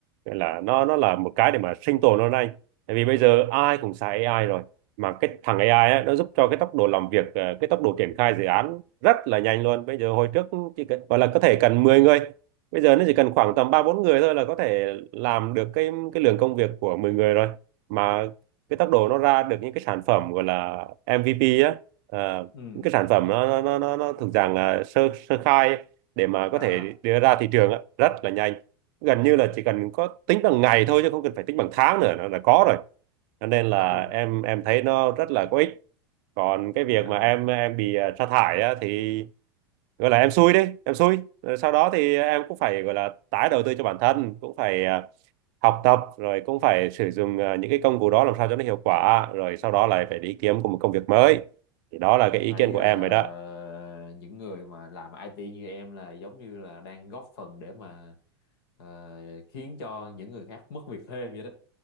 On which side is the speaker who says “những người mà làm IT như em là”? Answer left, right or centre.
Left